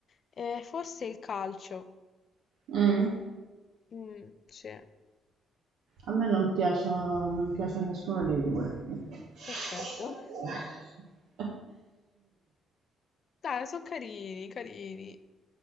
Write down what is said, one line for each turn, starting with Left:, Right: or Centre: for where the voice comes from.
Left: Eh, forse il calcio.
Right: Mm.
Left: Mm, sì.
Right: A me non piacciono, non piace a nessuno dei due. <laughs>
Left: Perfetto. Dai, sono carini, carini.